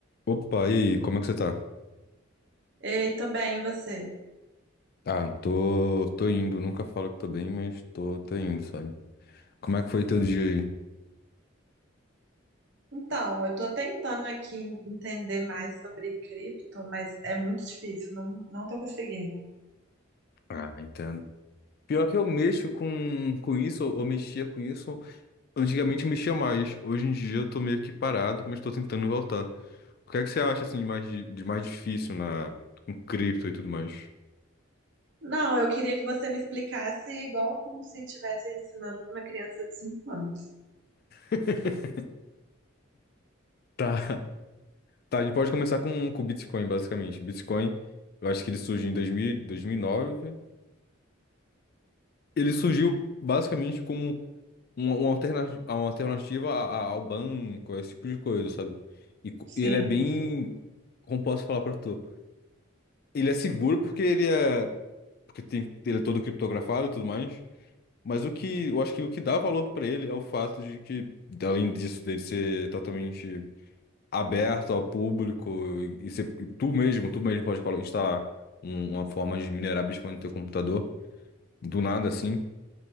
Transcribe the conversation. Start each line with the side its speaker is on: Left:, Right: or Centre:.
Left: Opa, e aí, como é que você tá?
Right: Ei, tô bem, e você?
Left: Ah, tô, tô indo, nunca falo que tô bem, mas tô, tô indo, sabe? Como é que foi teu dia aí?
Right: Então, eu tô tentando aqui entender mais sobre cripto, mas é muito difícil, não, não tô conseguindo.
Left: Ah, entendo. Pior que eu mexo com, com isso, ou mexia com isso, antigamente eu mexia mais, hoje em dia eu tô meio que parado, mas tô tentando voltar. O que é que você acha, assim, de mais, di- de mais difícil na, com cripto e tudo mais?
Right: Não, eu queria que você me explicasse igual como se estivesse ensinando para uma criança de 5 anos.
Left: <laughs> Tá. Tá, a gente pode começar com, com o Bitcoin, basicamente. Bitcoin, eu acho que ele surgiu em dois dois mil, dois mil e nove. Ele surgiu basicamente como uma, uma alterna- uma alternativa a- a- ao banco, esse tipo de coisa, sabe? E, co-
Right: Sim.
Left: e ele é bem, como posso falar pra tu? Ele é seguro porque ele é, porque tem, ele é todo criptografado e tudo mais. Mas o que eu acho que o que dá valor pra ele é o fato de que, além disso, dele ser totalmente aberto ao público e, e ser, e tu mesmo, tu mesmo pode colo- instalar um- uma forma de minerar Bitcoin no teu computador, do nada assim.